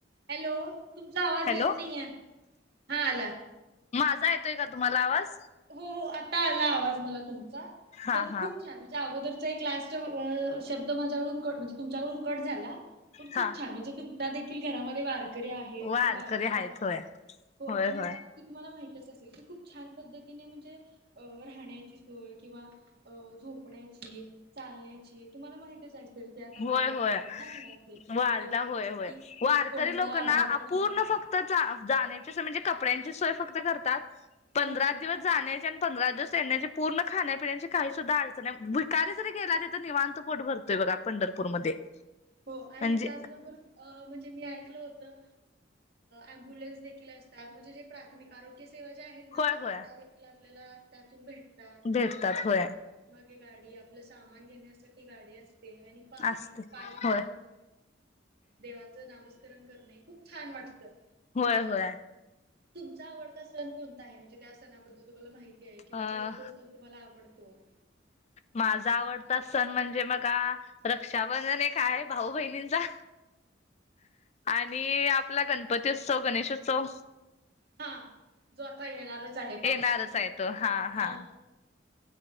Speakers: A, on the right; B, on the left.
A: हॅलो तुमचा आवाज
B: हॅलो
A: येत नाही आहे हां आला.
B: माझा येतोय का तुम्हाला आवाज?
A: हो हो आता आला आवाज मला तुमचा
B: हा
A: तर
B: हा
A: खूप छान आहे. अगोदरचा एक लास्ट शब्द माझ्याकडून क म्हणजे तुमच्याकडून कट झाला. खूप खूप
B: हा
A: छान, म्हणजे तुमच्यादेखील घरामध्ये वार कडे आहेत
B: वारकरी
A: आणि वारीला
B: आहेत
A: जातात.
B: होय
A: होआणि
B: होय होय
A: वारी ती तुम्हाला माहितच असेल की, खूप छान पद्धतीने म्हणजे अ राहण्याची सोय किंवा अ झोपण्याची चालण्याची. तुम्हाला माहतीच असेल की आता वारीला
B: होय होय
A: जातात ना घरातले
B: वारीला
A: तर
B: होय
A: जस
B: होय
A: की.
B: वारकरी
A: कोणाला
B: लोकांना
A: आजार
B: अूर्ण
A: पण आलं
B: फक्त. ते जा जाण्याची सोय म्हणजे कपड्यांची सोय फक्त करतात. पंधरा
A: हा
B: दिवस जाण्याची आणि पंधरा दिवस येण्याची पूर्ण खाण्यापिण्याची काही सुद्धा अडचण आहे भिकारी जरी गेला तिथ निवां. पोट भरतोय बघा पंढरपूरमध्ये.
A: हो आणि
B: म्हणजे
A: त्याचबरोबर म्हणजे मी ऐकलं होतं अबुलन्स दे असतात म्हणजे जे प्राथमिक आरोग्य सेवा जे आहेत.
B: होय होय
A: डायरेक्ट आपल्याला भेटतात
B: भेटतात होय
A: आपल्यागे. आपलं सामान घेण्यासाठी गाडी असते आणि पाही
B: असते
A: पाही
B: होय
A: चालत. देवाचं नामस्करण करणे, खूप छान वाटतं.
B: होय होळ.
A: तुमचा आवडता सण कोणता आहे? त्या सणाबद्दल तुम्हाला माहिती आहे किंवा
B: अ
A: ते तो सण तुम्हाला आवडतो.
B: माझा आवडता सण म्हणजे बघा, रक्षाबंधन एक आहे. भाऊ बहिण चा आणि गणपती उत्सव गणेशोत्सव.
A: हा जो आता येणारच आहे, पावसाच्या
B: येणारच आहे
A: <unintelligible>
B: तो
A: झाली
B: हा
A: की
B: हा
A: हो.